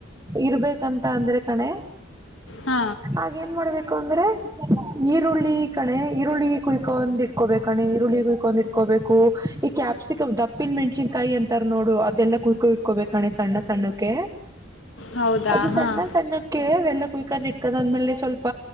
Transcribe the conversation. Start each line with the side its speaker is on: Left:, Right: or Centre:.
Right: ಇರ್ಬೇಕಂತ ಅಂದ್ರೆ ಕಣೆ
Left: ಹಾ
Right: ಆೇಏನ್ ಮಾಡ್ಬೇಕು ಅಂದ್ರೆ ಈರುಳ್ಳಿ ಕಣೆ ಈರುಳ್ಳಿ ಕುಯ್ಕೊಂಡ್ ಇಟ್ಕೋಬೇಕಣೆ ಈರುಳ್ಳಿ ಕುಯ್ಕೊಂಡಿ ಕೊಬೇಕು ಈ ಕ್ಯಾಪ್ಸಿಕ್ ದಪ್ಪಿನ ಮೆಣಸನ್ಕಾಯಿ ಅಂತಾರ ನೋಡು ಅದೆಲ್ಲ ಕುರ್ಕೊ ಇಟ್ಕೋಬೇಕಣೆ ಸಣ್ಣ ಸಣ್ಣಕ್ಕೆ
Left: ಹೌದಾ
Right: ಅದು
Left: ಹಾಂ
Right: ಸಣ್ಣ ಸಣ್ಣೆ ಕವೆಲ್ಲ ಕುಯಕ್ ಆದ್ ಇಟ್ಕದ ಅ ಆದ್ಮೇಲೆ ಸ್ವಲ್ಪ